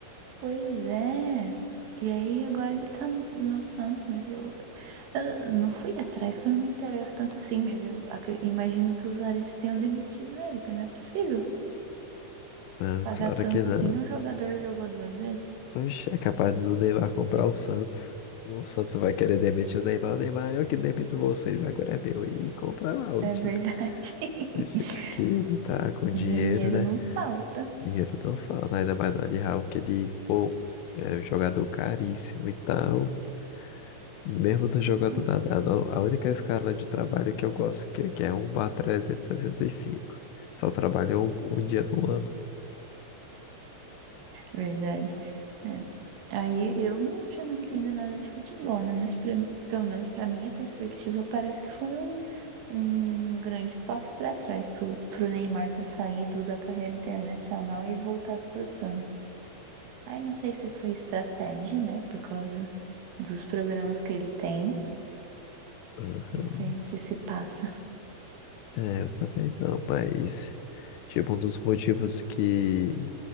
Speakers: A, on the right; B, on the left.
A: Pois é. E aí agora ele tá no, no Santos, mas eu, eu não fui atrás porque eu não me interesso tanto assim, mas eu acre- imagino que os árabes tenham demitido ele, porque não é possível
B: Não,
A: pagar
B: claro
A: tanto
B: que não.
A: assim num jogador que jogou duas vezes.
B: Oxe, é capaz do Neymar comprar o Santos. O Santos vai querer demitir o Neymar. O Neymar, eu que demito vocês, agora é meu. E compra lá o
A: É
B: time.
A: verdade. <laughs>
B: Do jeito que ele tá com dinheiro,
A: Dinheiro
B: né?
A: não falta.
B: Dinheiro não falta, ainda mais do Al Hilal, que ele, pô, é um jogador caríssimo e tal. Mesmo no jogo atual,
A: É
B: a no- a única escala de trabalho que eu gosto, que, que é um bar cinco Só trabalho um, um dia do ano.
A: Verdade. É. Aí eu não, já não entendo nada de futebol, né? Mas pra- pelo menos para minha perspectiva, parece que foi um, um grande passo para trás pro, pro Neymar ter saído da carreira internacional e voltado pro Santos. Aí não sei se foi estratégia, né? Por causa dos problemas que ele tem.
B: Aham.
A: Não sei o que se passa.
B: É, eu também não, mas... Tipo, um dos motivos que...